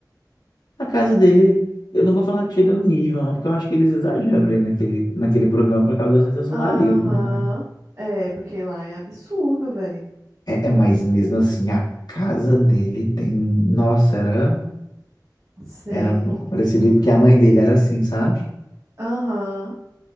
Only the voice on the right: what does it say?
Aham.
É, porque lá é absurdo, velho.
Sei.
Aham.